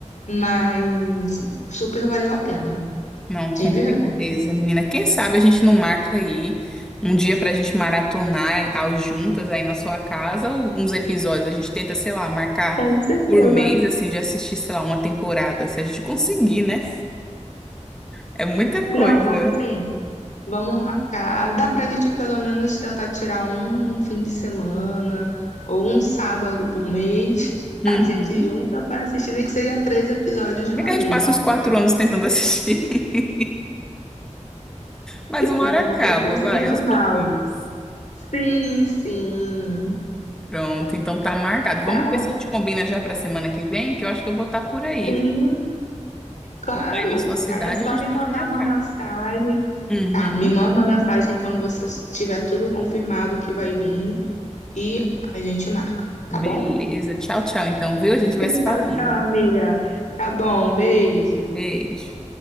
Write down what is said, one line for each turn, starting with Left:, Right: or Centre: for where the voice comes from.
Left: mas super valeu a pena,
Centre: Não, com
Left: de verdade.
Centre: certeza, menina. Quem sabe a gente não marca aí um dia pra gente maratonar ao juntas aí na sua casa ou uns episódios. A gente tenta, sei lá, marcar
Left: Com certeza.
Centre: por mês, assim, de assistir, sei lá, uma temporada, se a gente conseguir, né? É muita coisa.
Left: Não, vamos sim. Vamos marcar. Dá pra gente pelo menos tentar tirar um fim de semana ou um sábado por mês. <laughs>
Centre: Uhum.
Left: A gente junta pra assistir, nem que seja três episódios de uma
Centre: É que a
Left: vez.
Centre: gente passa uns quatro anos tentando assistir, <laughs> mas uma
Left: Mas
Centre: hora
Left: a
Centre: acaba,
Left: gente assiste
Centre: vai,
Left: no final.
Centre: aos pouquinhos.
Left: Sim, sim.
Centre: Pronto, então tá marcado. Vamos
Left: Tá
Centre: ver se a gente combina já pra semana que vem, que eu acho que eu vou estar por aí.
Left: Sim, claro.
Centre: Vou estar aí na sua cidade,
Left: Aí é só
Centre: a gente
Left: me
Centre: pode
Left: mandar
Centre: marcar.
Left: uma mensagem.
Centre: Uhum.
Left: Tá, me manda uma mensagem quando você tiver tudo confirmado que vai vir e a gente marca, tá
Centre: Beleza.
Left: bom?
Centre: Tchau, tchau. Então, viu? A gente vai se
Left: Tchau,
Centre: falando.
Left: tchau, amiga. Tá bom, beijo.
Centre: Beijo.